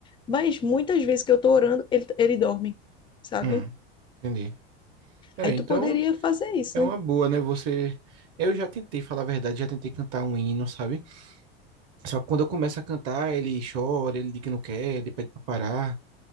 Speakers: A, on the left (about 15°); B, on the right (about 55°).
A: mas muitas vezes que eu tô orando, ele, ele dorme, sabe?
B: Hum, entendi. É,
A: Aí
B: então
A: tu poderia fazer isso,
B: é uma
A: né?
B: boa, né? Você. Eu já tentei, falar a verdade, já tentei cantar um hino, sabe? Só que quando eu começo a cantar, ele chora, ele diz que não quer, ele pede pra parar.